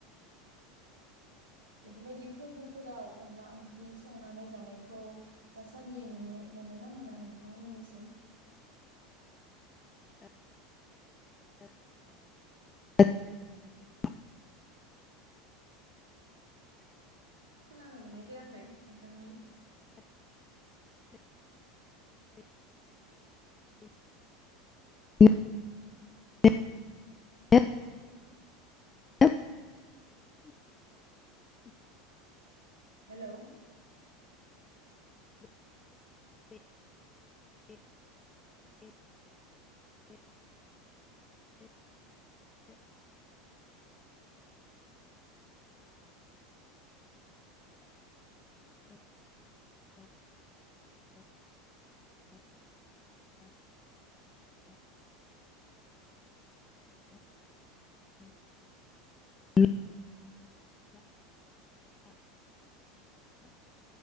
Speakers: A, on the right; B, on the left.
A: बेफोरबायदि फोरबोफोराव अनला ओंख्रि संनानै जानायखौ दासान्दि नुनो मोन ना मोना नोंथांमोननिसिम <unintelligible>
B: <unintelligible>
A: खोनानो मोननाय जायाखै नोंथांनि
B: ए ए ए <inaudible>
A: हेलौ
B: उम <inaudible>